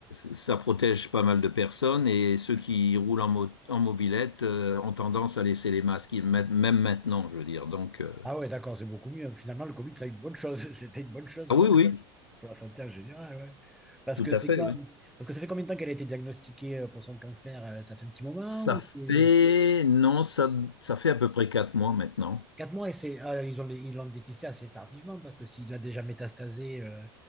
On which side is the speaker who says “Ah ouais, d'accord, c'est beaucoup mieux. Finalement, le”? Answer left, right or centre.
Centre